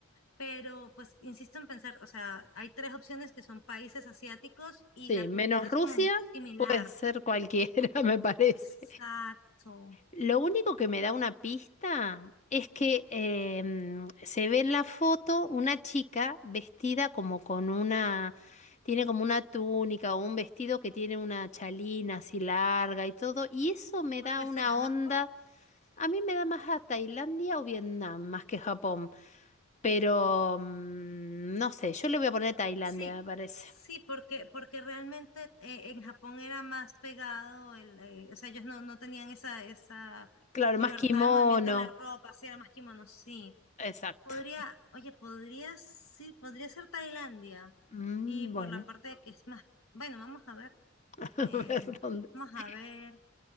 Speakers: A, on the left (about 85°); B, on the left (about 35°).
A: Pero pues insisto en pensar, o sea, hay tres opciones que son países asiáticos y
B: Sí,
A: la
B: menos
A: cultura es
B: Rusia,
A: como muy similar.
B: puede ser cualquiera, <laughs> me parece.
A: Exacto.
B: Lo único que me da una pista es que em, se ve en la foto una chica vestida como con una, tiene como una túnica o un vestido que tiene una chalina así larga y todo, y eso me
A: Podría
B: da una
A: ser Japón.
B: onda, a mí me da más a Tailandia o Vietnam, más que Japón, pero
A: ¿no? Ok.
B: mm, no sé, yo le voy a poner Tailandia,
A: Sí,
B: me parece.
A: sí, porque, porque realmente eh, en Japón era más pegado, el, eh, o sea, ellos no, no tenían esa, esa
B: Claro,
A: libertad
B: más kimono,
A: de movimiento en la ropa, sí, era más kimono, sí.
B: exacto.
A: Podría, oye, podría, sí, podría ser Tailandia.
B: Mm,
A: Y por
B: bueno,
A: la parte de que es más, bueno, vamos a ver,
B: <laughs> a
A: eh,
B: ver dónde
A: vamos a
B: es.
A: ver.